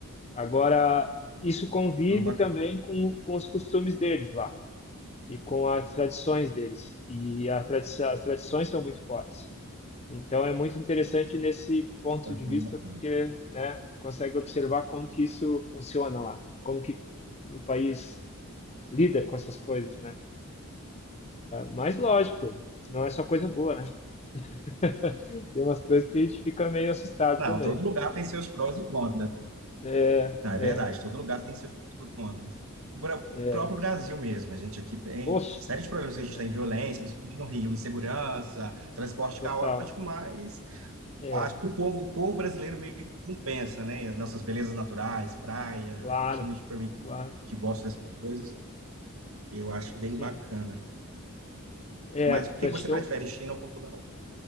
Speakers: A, on the left (about 30°); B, on the right (about 75°).
A: Agora, isso convive
B: Então, bacana.
A: também com, com os costumes deles lá e com as tradições deles. E a tradição, as tradições são muito fortes. Então é muito interessante nesse ponto
B: Isso é
A: de
B: muito
A: vista
B: bacana.
A: porque, né, tu consegue observar como que isso funciona lá, como que o país lida com essas coisas, né? Mas lógico, não é só coisa boa, né? <laughs> Tem umas coisas que a gente fica meio assustado
B: Não,
A: também.
B: todo lugar tem seus prós e contras.
A: É,
B: Não, é
A: é,
B: verdade, todo lugar tem seus prós e contras. O bra- o
A: é.
B: próprio Brasil mesmo, a gente aqui tem
A: Poxa,
B: uma série de problemas que
A: é,
B: a gente tem, violência, principalmente no Rio, insegurança, transporte
A: total.
B: caótico, mas
A: É.
B: Acho que o povo, o povo brasileiro meio que não pensa, né? As nossas belezas naturais, praia,
A: Claro,
B: principalmente para mim que,
A: claro,
B: que gosto dessas coisas, eu acho bem
A: sim.
B: bacana.
A: É,
B: Mas
A: para
B: o que você
A: te ter
B: prefere,
A: um.
B: China ou Portugal?